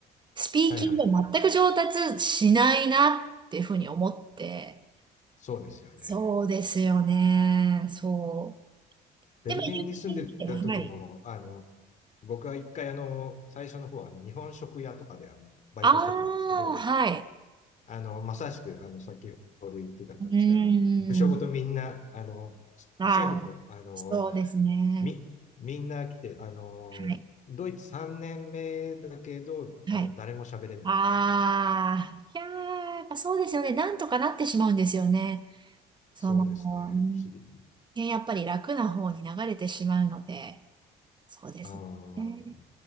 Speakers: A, on the right; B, on the left.
A: スピーキングが全く上達しないなっていうふうに思って、
B: いはいはいはい。そうですよね。
A: そうですよね、そ
B: ベルリンに住んでた時も、
A: う。でも、有名に来て、はい。
B: あの、僕は一回あの、最初の方はあの、日本食屋とかであの、バイトしてたんですけど、
A: ああ、はい。
B: あの、まさしくあの、先ほど言ってた感じで、
A: うーん。
B: あの、部署ごとみんな、あの、
A: ああ、
B: シェフも、あの、
A: そうですね。
B: み、みんな来て、あの、
A: はい。
B: ドイツ3年目だけど、
A: はい。
B: あの、誰も喋れないみたいな。
A: ああ、いやー、やっぱそうですよね。なんとかなってしまうんですよね。その、
B: そうですね。不思議。
A: うんねやっぱり楽な方に流れてしまうので、そうですね。
B: あー